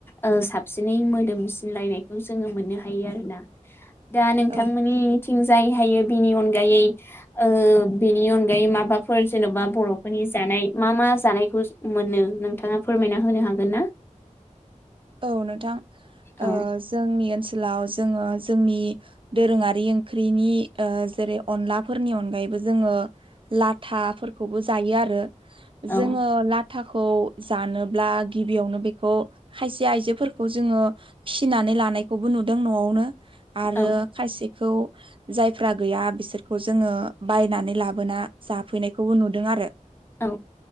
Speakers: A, on the left (about 15°); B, on the right (about 40°).
A: ओ साबसिनै मोदोमसिनलायनायखौ जोङो मोननो हायो आरोना दा
B: औ
A: थांमोननि थिं जाय हायो बिनि अनगायै ओ बिनि अनगायै माबाफोर जेन'बा बर'फोरनि जा नाय मा मा जानायखौ मोननो नोंथाङा फोरमायना होनो हागोन ना
B: औ नोंथां
A: औ
B: ओ जोंनि ओनसोलाव जोङो जोंनि दोरोङारि ओंख्रिनि ओ जेरै अनलाफोरनि अनगायैबो जोङो लाथाफोरखौबो जायो आरो
A: औ
B: जोङो लाथाखौ जानोब्ला गिबियावनो बेखौ खायसे आइजोफोरखौ जोङो फिसिनानै लानायखौबो नुदों न'आवनो आरो
A: औ
B: खायसे खौ जायफ्रा गैया बिसोरखौ जोङो बायनानै लाबोना जाफैनायखौबो नुदों आरो।
A: औ